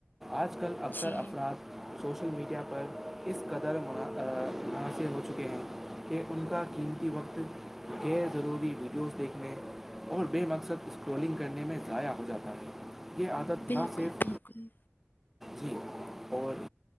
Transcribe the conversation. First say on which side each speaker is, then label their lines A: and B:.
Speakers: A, in the centre; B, on the left.
A: آج کل اکثر
B: جی
A: افراد سوشل میڈیا پر اس قدر منحصر ہو چکے ہیں کہ ان کا کیا قیمتی وقت غیر ضروری ویڈیوز دیکھنے اور بے مقصد اسکرولنگ کرنے میں ضائع ہو جاتا ہے یہ عادت
B: بالکل
A: نہ صرف
B: بالکل
A: جی اور